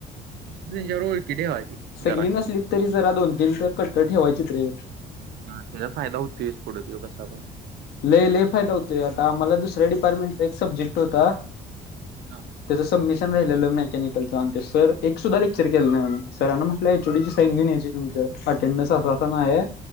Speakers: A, on the right (about 70°); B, on the left (about 70°).
A: डेंजर ओळखी ठेवायची.
B: सगळी
A: जराशी
B: नसलीत तरी जरा दोन तीन तर कट्टर ठेवायचीत रे
A: हा त्याचा फायदाच होतोय कसा पण
B: लय लय फायदा होतोय आता आम्हाला दुसऱ्या डिपार्टमेंटचा एक सब्जेक्ट होता.
A: ना...
B: त्याच सबमिशन राहिलेलं मेकॅनिकलचं आणि ते सर एक सुधा लेक्चर केलं नाही आम्ही सरांना म्हटलं एचडी ची साइन घेन यायची तुमचं अटेंडन्स असं असं नाय आहे.